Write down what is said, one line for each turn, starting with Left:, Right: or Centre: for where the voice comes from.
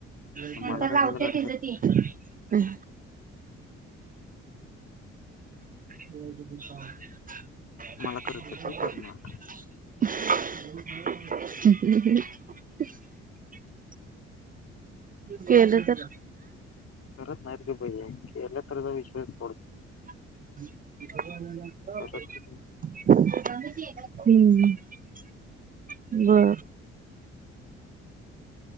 Right: नंतर
Left: मला कशाला
Right: लावतेय
Left: करत्यात
Right: तिझ ती हम ज
Left: मला करत्यात
Right: <inaudible>
Left: व्हय परमनंट
Right: ह् केलं तर.
Left: करत नाही का भय केल्या त विश्वास <inaudible>
Right: -हम्म.
Left: करतच
Right: बर.